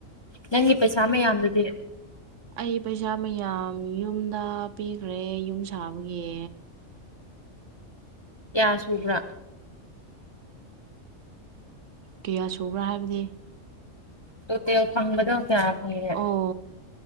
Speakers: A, on the left; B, on the right.
A: ꯅꯪꯒꯤ ꯄꯩꯁꯥ ꯃꯌꯥꯝꯗꯨꯗꯤ
B: ꯑꯩ ꯄꯩꯁꯥ ꯃꯌꯥꯝ ꯌꯨꯝꯗ ꯄꯤꯈ꯭ꯔꯦ ꯌꯨꯝ ꯁꯥꯕꯒꯤ
A: ꯀꯌꯥ ꯁꯨꯕ꯭ꯔꯥ
B: ꯀꯌꯥ ꯁꯨꯕ꯭ꯔꯥ ꯍꯥꯏꯕꯗꯤ
A: ꯇ‌ꯣ ꯇ‌ꯦꯜ ꯐꯪꯕꯗ‌ꯣ ꯀꯌꯥ ꯐꯪꯒꯦ
B: ꯑꯣ